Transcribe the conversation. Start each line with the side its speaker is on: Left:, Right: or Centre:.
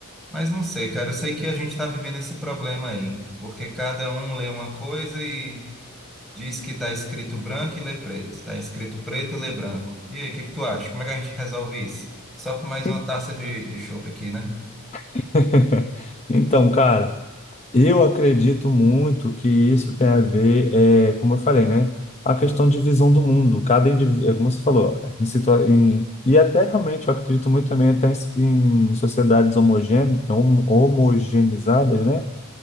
Centre: Mas não sei, cara, eu sei que a gente está vivendo esse problema aí, porque cada um lê uma coisa e Diz que está escrito branco e lê preto. está escrito preto e lê branco. E aí, o que que tu acha? Como é que a gente resolve isso? Só com mais uma
Left: sim.
Centre: taça de, de chopp aqui, né?
Left: <laughs> Então, cara. Eu acredito muito que isso tem a ver, é, como eu falei, né? A questão de visão do mundo. Cada indivíduo, como você falou, né, em situa- em- e até realmente eu acredito muito também até em, em sociedades homogêne, hom- homogeneizadas, né?